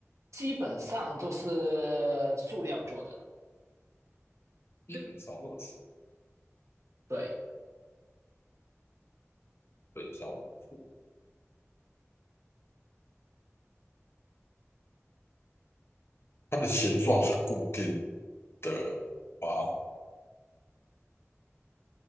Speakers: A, on the right (about 75°); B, on the left (about 55°).
A: 基本上都是塑料做的。
B: 基本上都是，
A: 就对，
B: 对，基本上错，是。它的形状是固定的啊，